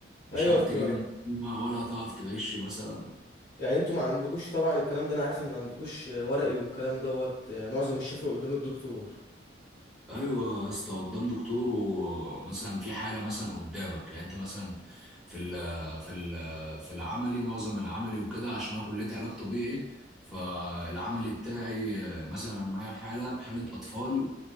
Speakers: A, on the left; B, in the centre.
A: ايوه
B: مش عارف
A: انت
B: تجيب المعلومة ولا هتعرف تغش مثلا
A: يعني انتوا ما عندكوش طبعا الكلام ده انا عارف ان ما عندكوش ورقي والكلام دوت معظم الشفوي قدام الدكتور
B: أيوة يا اسطى قدام دكتور ومثلا في حالة مثلا قدامك يعني أنت مثلا في ال في ال في العملي معظم العملي وكده عشان أنا كلية علاج طبيعي فالعملي بتاعي آه، مثلا أنا معايا حالة حالة أطفال